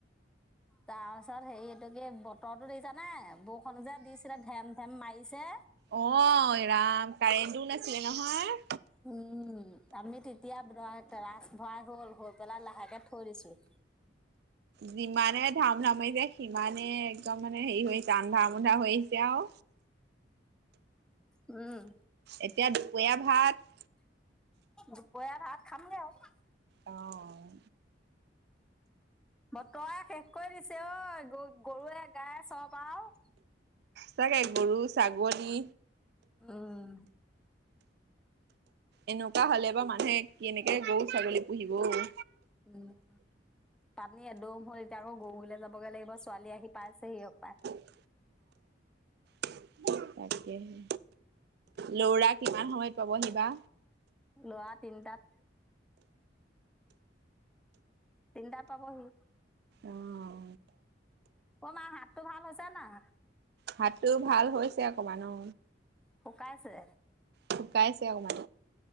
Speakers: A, in the centre; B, on the right.
A: তাৰ পিছত হেৰি এইটো কি বতৰটো দেখিছানে বৰষুণো যে দিছিলে ধেম ধেম মাৰিছে।
B: অ ৰাম কাৰেণটোও নাছিলে নহয়।
A: উম আমি তেতিয়া বাৰায় তাৰাস ভৰায় হ'ল। হৈ পেলাই লাহেকে থৈ- কৰিছোঁ।
B: যিমানে ধাম ধামেই দে। সিমানেই একদম মানে হেৰি হৈ আন্ধা মোন্ধা হৈ আহিছে আৰু।
A: উম।
B: এতিয়া দুপৰীয়া ভাত-
A: দুপৰীয়া ভাত খামগে আৰু।
B: অ'
A: বতৰে শেষ কৰি দিছে ঐ গ গৰুৱে গাইয়ে চপ আৰু।
B: চাগে গৰু ছাগলী।
A: উম।
B: এনেকুৱা হ'লে বাৰু মানুহে কেনেকে গৰু ছাগলী পুহিব অ।
A: উম পানী এদম হ'ল এতিয়া আকৌ গৰুলে যাবগৈ লাগিব ছোৱালী আহি পাইছে সি সপাই।
B: অহ তাকেহে লৌৰা কিমান সময়ত পাবহি বা।
A: ল'ৰা তিন তাত। তিন টাত পাবহি।
B: অ'
A: অ মা হাতটো ভাল হৈছে নাই?
B: হাতটো ভাল হৈছে অকণ মান অ।
A: শুকাইছে।
B: শুকাইছে অকমান।